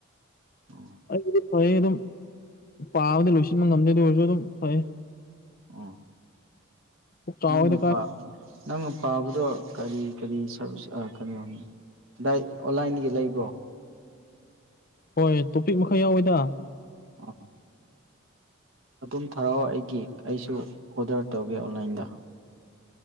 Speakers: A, on the right (about 70°); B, on the left (about 45°).
A: ꯑꯣ
B: ꯑꯩꯕꯨꯗꯤ ꯐꯩ ꯑꯗꯨꯝ ꯄꯥꯕꯗꯤ ꯂꯣꯏꯁꯤꯟꯕ ꯉꯝꯗꯦ ꯑꯗꯨ ꯑꯣꯏꯔꯁꯨ ꯑꯗꯨꯝ ꯐꯩ
A: ꯎꯝ
B: ꯄꯨꯛ ꯆꯥꯎꯋꯦꯗ
A: ꯅꯪꯅ
B: ꯀꯥꯏ
A: ꯄꯥ ꯅꯪꯅ ꯄꯥꯕꯗꯣ ꯀꯔꯤ ꯀꯔꯤ ꯁꯔꯚꯤꯁ ꯑꯥ <unintelligible> ꯗꯥꯏ ꯑꯣꯟꯂꯥꯏꯟꯗꯒꯤ ꯂꯩꯕ꯭ꯔꯣ
B: ꯍꯣꯏ ꯇꯣꯄꯤꯛ ꯃꯈꯥ ꯌꯥꯎꯋꯤꯗ
A: ꯑꯥ ꯑꯗꯨꯝ ꯊꯔꯛꯑꯣ ꯑꯩꯒꯤ ꯑꯩꯁꯨ ꯑꯣꯗꯔ ꯇꯧꯒꯦ ꯑꯣꯟꯂꯥꯏꯟꯗ